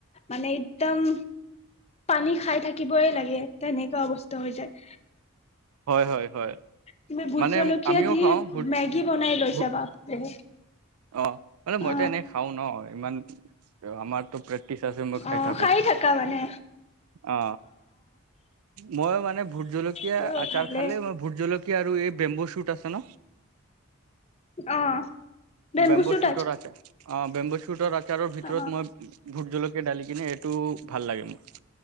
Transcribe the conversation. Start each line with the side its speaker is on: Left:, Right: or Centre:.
Left: মানে একদম পানী খাই থাকিবই লাগে তেনেকুৱা অৱস্থা হৈ যায়।
Right: হয় হয় হয়
Left: তুমি ভোট
Right: মানে
Left: জলকীয়া
Right: আমিও
Left: দি
Right: খাওঁ। ভোট
Left: মেগী বনাই লৈছে
Right: ভোট
Left: বাপৰে।
Right: অ মানে মইত
Left: অ
Right: এনে খাও ন ইমান। ত আমাক। তোকে। ঠিক আছে মই খাই
Left: অ
Right: থাকো।
Left: থাকা মানে
Right: অ মই মানে ভোত জলকীয়া
Left: তেও
Right: আচাৰ
Left: ভালে
Right: খালে ভোত জলকীয়া আৰু এই বেম্বো শুট আছে ন।
Left: অ বেম্বু
Right: বেম্বোছোটৰ
Left: চুট
Right: আচাৰ অঁ। অঁ বেম্বোছোটৰ আচাৰ। তাৰো ভিতৰত
Left: অ
Right: মই। ভূত জলকীয়া ঢালি কিনে এইটো ভাল লাগে মোক